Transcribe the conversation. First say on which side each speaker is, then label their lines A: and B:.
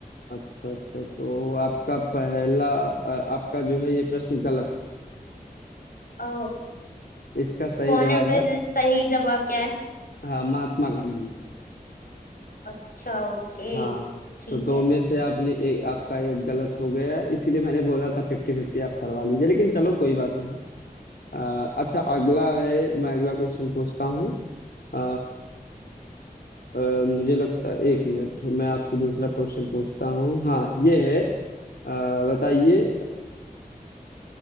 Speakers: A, on the left; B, on the left.
A: अच्छा अच्छा तो आपका पहला अ, आपका जो है ये प्रश्न गलत है
B: अ,
A: इसका सही
B: कौन
A: जवाब
B: है फिर
A: है
B: सही जवाब क्या है
A: हाँ महात्मा गांधी
B: अच्छा ओके
A: हाँ
B: ठीक
A: तो दो
B: है
A: में से आपने एक आपका एक गलत हो गया है इसीलिए मैंने बोला था फिफ्टी फिफ्टी आप करवा लीजिए लेकिन चलो कोई बात नहीं अ, अच्छा अगला है मैं अगला क्वेश्चन पूछता हूँ अ, अ, मुझे लगता है एक मिनट मैं आपसे दूसरा क्वेश्चन पूछता हूँ हाँ ये है अ, बताइए